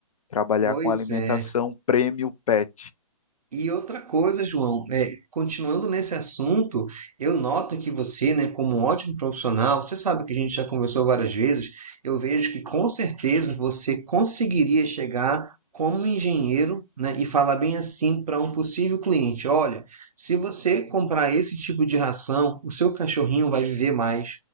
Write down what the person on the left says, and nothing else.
trabalhar
com alimentação
premium pet.